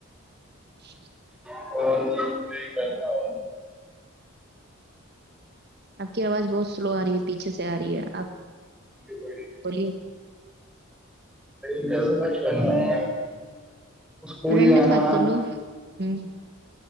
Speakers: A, on the right; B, in the centre.
A: ش <unintelligible>
B: اور کر رہ <unintelligible>
A: آپ کی آواز بہت <unintelligible> سلو آ رہی ہے پیچھے سے آ رہی ہے آپ
B: کہ کوئی
A: <unintelligible> بولی <unintelligible>
B: م بچپن میں اسکول
A: رینڈم
B: جانا
A: بات کر لو ہ